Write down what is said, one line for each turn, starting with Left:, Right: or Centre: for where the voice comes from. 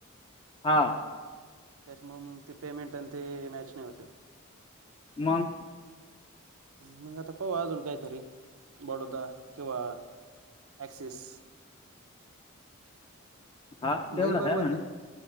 Left: हां.
Right: त्याच्यामुळे ते पेमेंट आणि ते मॅच नाय होत ये.
Left: मंग
Right: मंग आता पाहु अजून काहीतरी बडोदा किंवा ऍक्सिस
Left: हा तेवढ
Right: होईन बरोबर
Left: हाय म्हणा
Right: ते